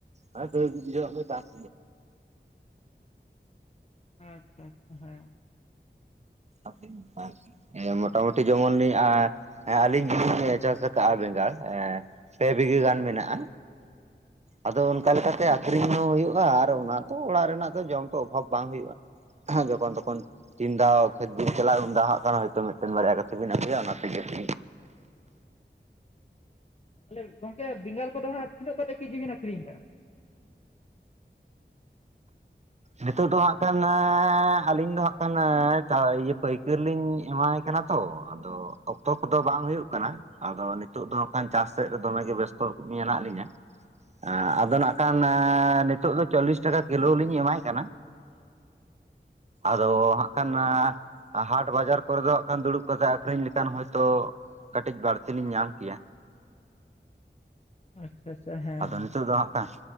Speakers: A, on the right; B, on the left.
A: ᱦᱮᱸ ᱛᱤᱡᱮᱨ ᱪᱟᱥ
B: ᱟᱪᱪᱷᱟ ᱟᱪᱪᱷᱟ ᱦᱮᱸ
A: ᱟᱵᱤᱱ ᱯᱟᱥ <unintelligible> ᱢᱚᱴᱟᱢᱩᱴᱤ ᱡᱮᱢᱚᱱ ᱞᱤᱧ ᱟ ᱟᱹᱞᱤᱧ ᱜᱮᱞᱤᱧ ᱪᱟᱥ ᱟᱠᱟᱫ-ᱟ ᱵᱮᱸᱜᱟᱲ ᱮᱻ ᱯᱮ ᱵᱤᱜᱷᱟᱹ ᱜᱟᱱ ᱢᱮᱱᱟᱜ-ᱟ᱾ ᱟᱫᱚ ᱚᱱᱠᱟ ᱞᱮᱠᱟᱛᱮ ᱟᱠᱷᱨᱤᱧ ᱦᱚᱸ ᱦᱩᱭᱩᱜ-ᱟ᱾ ᱟᱨ ᱚᱱᱟ ᱛᱚ ᱚᱲᱟᱜ ᱨᱮᱱᱟᱜ ᱫᱚ ᱡᱚᱢ ᱛᱚ ᱚᱵᱷᱟᱵᱽ ᱵᱟᱝ ᱦᱩᱭᱩᱜ-ᱟ᱾ ᱦᱮᱸ ᱡᱚᱠᱷᱚᱱ ᱛᱚᱠᱷᱚᱱ ᱛᱤᱱᱫᱷᱟᱣ ᱠᱷᱮᱛ ᱵᱤᱧ ᱪᱟᱞᱟ ᱩᱢᱫᱟ ᱦᱟᱜ ᱠᱟᱱᱟ ᱢᱤᱫ ᱴᱮᱱ ᱢᱤᱫ ᱴᱮᱱ ᱵᱟᱨᱭᱟ ᱠᱟᱛᱮ ᱵᱮᱱ ᱟᱹᱜᱩᱭᱟ ᱚᱱᱟ ᱛᱮᱜᱮ <inaudible>
B: ᱛᱟᱦᱚᱞᱮ ᱜᱚᱝᱠᱮ ᱵᱮᱜᱟᱲ ᱠᱚᱫᱚ ᱦᱟᱸᱜ ᱛᱤᱱᱟᱜ ᱠᱟᱛᱮ ᱠᱮᱡᱤ ᱵᱤᱱ ᱟᱹᱠᱷᱨᱤᱧ ᱫᱟ?
A: ᱱᱤᱛᱚᱜ ᱫᱚ ᱦᱟᱜ ᱠᱷᱟᱱ ᱟᱹᱞᱤᱧ ᱫᱚ ᱦᱟᱸᱜ ᱠᱷᱟᱱ ᱤᱭᱟᱹ ᱯᱟᱹᱭᱠᱟᱹᱨ ᱞᱤᱧ ᱮᱢᱟᱭ ᱠᱟᱱᱟ ᱛᱚ ᱟᱫᱚ ᱚᱠᱛᱚ ᱠᱚᱫᱚ ᱵᱟᱝ ᱦᱩᱭᱩᱜ ᱠᱟᱱᱟ᱾ ᱟᱫᱚ ᱱᱤᱛᱳᱜ ᱫᱚ ᱠᱷᱟᱱ ᱪᱟᱥ, ᱥᱮᱫ ᱨᱮ ᱫᱚᱢᱮ ᱜᱮ ᱵᱮᱥᱛᱚ ᱢᱮᱱᱟᱜ ᱞᱤᱧᱟ ᱦᱮᱸ ᱟᱫᱚ ᱱᱟᱜ ᱠᱷᱟᱱ ᱱᱤᱛᱳᱜ ᱫᱚ ᱪᱚᱞᱞᱤᱥ ᱴᱟᱠᱟ ᱠᱤᱞᱳ ᱞᱤᱧ ᱮᱢᱟᱭ ᱠᱟᱱᱟ ᱟᱫᱚ ᱦᱟᱸᱜ ᱠᱷᱟᱱᱟᱜ ᱦᱟᱴ ᱵᱟᱡᱟᱨ ᱠᱚᱨᱮ ᱫᱚ ᱠᱷᱟᱱ ᱫᱩᱲᱩᱵ, ᱠᱟᱛᱮ ᱟᱠᱷᱨᱤᱧ ᱞᱮᱠᱷᱟᱱ ᱦᱚᱭᱛᱳ ᱠᱟᱹᱴᱤᱡ ᱵᱟᱹᱲᱛᱤ ᱞᱤᱧ ᱧᱟᱢ ᱠᱮᱭᱟ᱾
B: ᱟᱪᱪᱷᱟ ᱟᱪᱪᱷᱟ ᱦᱮᱸ
A: ᱟᱫᱚ
B: ᱦᱮᱸ
A: ᱱᱤᱛᱳᱜ ᱫᱚ ᱦᱟᱸᱜ ᱠᱷᱟᱱ